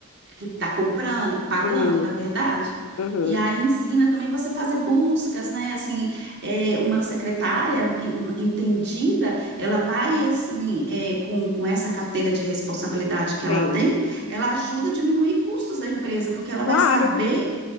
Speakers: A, on the right (about 50°); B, on the left (about 70°).
A: que está comprando, pagando,
B: Hum.
A: na verdade.
B: Uhum.
A: E aí ensina também você fazer buscas, né? Assim, é, uma secretária em- entendida, ela vai assim, é, com, com essa carteira de responsabilidade que ela
B: Sim.
A: tem, ela ajuda a diminuir custos da empresa, porque ela
B: Claro,
A: vai saber